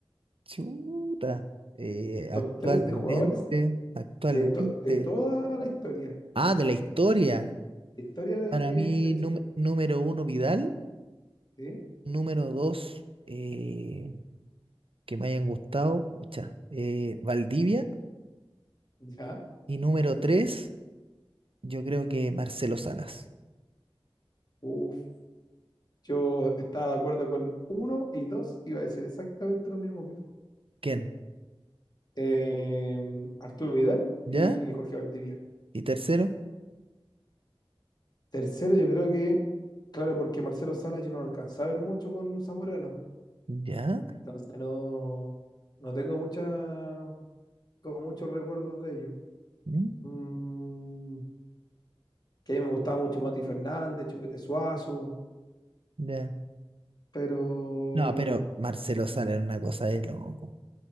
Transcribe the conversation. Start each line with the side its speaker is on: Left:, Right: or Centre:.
Right: Chuta. Eh,
Left: Top
Right: actualmente,
Left: 3 de jugadores
Right: actualmente.
Left: De, to- de toda la historia,
Right: Ah, de la historia.
Left: historia de,
Right: Para mí,
Left: de
Right: num-
Left: Chile,
Right: número uno, Vidal.
Left: ¿sí?
Right: Número dos, eh, que me hayan gustado, pucha, eh, Valdivia.
Left: ¿Ya?
Right: Y número tres, yo creo que Marcelo Salas.
Left: uff yo estaba de acuerdo con uno y dos, iba a decir exactamente lo mismo que tú.
Right: ¿Quién?
Left: Em, Arturo Vidal
Right: ¿Ya?
Left: y Jorge Valdivia.
Right: ¿Y tercero?
Left: Tercero, yo creo que, claro, porque Marcelo Salas yo no lo alcanzaba a ver mucho con Zamorano,
Right: ¿Ya?
Left: entonces no, no tengo mucha, como muchos recuerdos de ellos.
Right: ¿Mm?
Left: Mm, que a mí me gustaba mucho Mati Fernández, Chupete Suazo,
Right: ¿Ya?
Left: pero...
Right: No, pero Marcelo Salas era una cosa de loco.